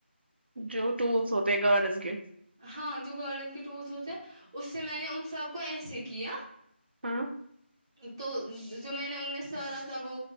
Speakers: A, on the right; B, on the right.
A: جو ٹولس ہوتے ہیں گارڈن کے
B: ہاں جو گارڈن کے ٹولس ہوتے ہیں اس سے میں نے ان سب کو ایسے کیا
A: ہاں
B: تو جو میں نے ان میں سارا سا وہ